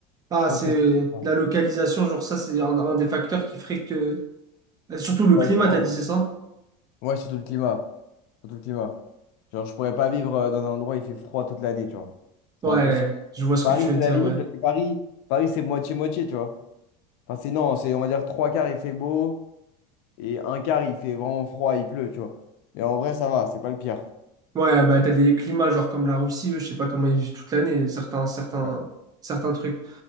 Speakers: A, on the right (about 25°); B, on the left (about 70°).
A: Ah,
B: Je pense
A: c'est
B: que c'est ça.
A: la localisation, genre ça, c'est un, un des facteurs qui ferait que... Euh, Surtout
B: Ouais,
A: le climat,
B: je pense.
A: t'as dit, c'est ça?
B: Ouais, surtout le climat. Surtout le climat. Genre, je pourrais pas vivre euh, dans un endroit où il fait froid toute l'année, tu vois. C'est
A: Ouais,
B: impossible.
A: je vois ce
B: Paris,
A: que tu veux
B: c'est
A: dire,
B: la limite,
A: ouais.
B: parce que Paris, Paris, c'est moitié-moitié, tu vois. Enfin, c'est non, c'est, on va dire, trois quarts, il fait beau, et un quart, il fait vraiment froid, il pleut, tu vois. Mais en vrai, ça va, c'est pas le pire.
A: Ouais, bah t'as des climats, genre comme la Russie, eux, je sais pas comment ils vivent toute l'année, certains, certains,
B: Ouais.
A: certains trucs.